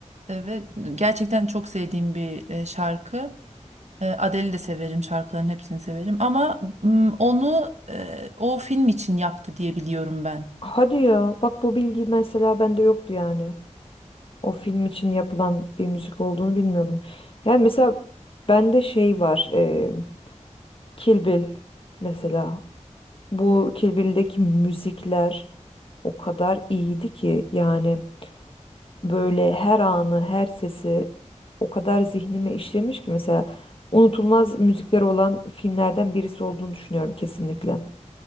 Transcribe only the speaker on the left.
Hadi ya. Bak bu bilgi mesela bende yoktu yani. O film için yapılan bir müzik olduğunu bilmiyordum. Yani mesela bende şey var. E, Kill Bill mesela. Bu Kill Bill'deki müzikler o kadar iyiydi ki yani böyle her anı, her sesi o kadar zihnime işlemiş ki mesela unutulmaz müzikleri olan filmlerden birisi olduğunu düşünüyorum kesinlikle.